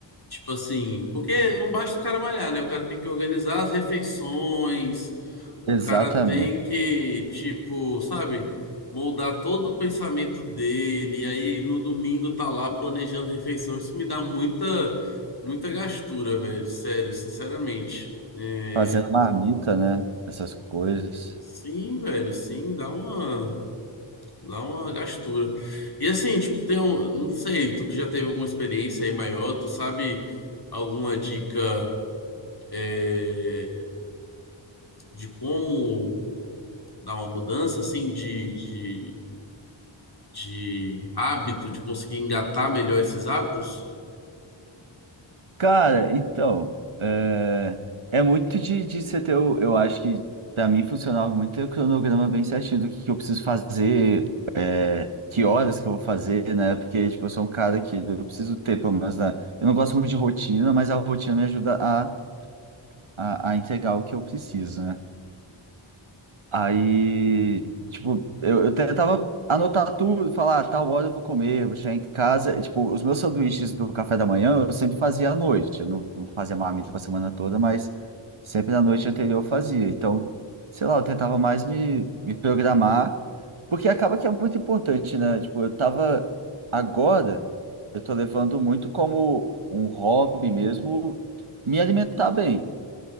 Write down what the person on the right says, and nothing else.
Exatamente.
Fazendo marmita, né? Essas coisas.
Cara, então, é, é muito de, de você ter, o- eu acho que para mim funcionava muito ter o cronograma bem certinho do que que eu preciso fazer, É, que horas que eu vou fazer, né? Porque, tipo, eu sou um cara que eu preciso ter, pelo menos, né? Eu não gosto muito de rotina, mas a rotina me ajuda a, a, a entregar o que eu preciso, né? Aí, tipo, eu, eu tentava anotar tudo, falar, ah, tal hora eu vou comer, vou chegar em casa. E, tipo, os meus sanduíches do café da manhã eu sempre fazia à noite. Eu não, não fazia marmita pra semana toda, mas sempre na noite anterior eu fazia. Então, sei lá, eu tentava mais me, me programar, porque acaba que é muito importante, né? Tipo, eu tava agora, eu tô levando muito como um hobby mesmo me alimentar bem